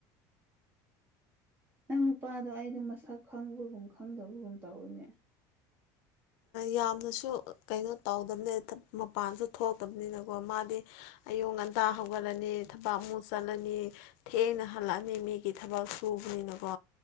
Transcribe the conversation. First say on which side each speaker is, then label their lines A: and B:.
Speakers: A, on the right; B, on the left.
A: ꯅꯪ ꯅꯨꯄꯥꯗꯣ ꯑꯩꯩꯅꯣ ꯃꯁꯛ ꯈꯪꯕꯒꯨꯝ ꯈꯪꯗꯕꯒꯨꯝ ꯇꯧꯋꯤꯅꯦ
B: ꯌꯥꯝꯅꯁꯨ ꯀꯩꯅꯣ ꯇꯧꯗꯕꯅꯤ ꯃꯄꯥꯟꯁꯨ ꯊꯣꯛꯇꯕꯅꯤꯅꯀꯣ ꯃꯥꯗꯤ ꯑꯌꯨꯛ ꯉꯟꯇꯥ ꯍꯧꯒꯠꯂꯅꯤ ꯊꯕꯛ ꯑꯃꯨꯛ ꯆꯠꯂꯅꯤ ꯊꯦꯡꯅ ꯍꯜꯂꯛꯑꯅꯤ ꯃꯤꯒꯤ ꯊꯕꯛ ꯁꯨꯕꯅꯤꯅꯀꯣ